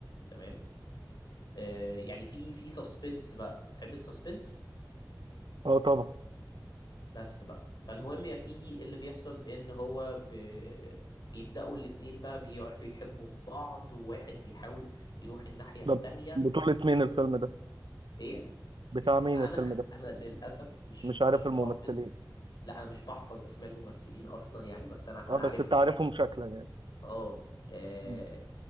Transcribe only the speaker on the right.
اه طبعا
ده بطولة مين الفيلم ده
بتاع مين
الفيلم
ده
مش عارف
الممثلين
اه
بس
انت عارفهم شكلا يعني
مم.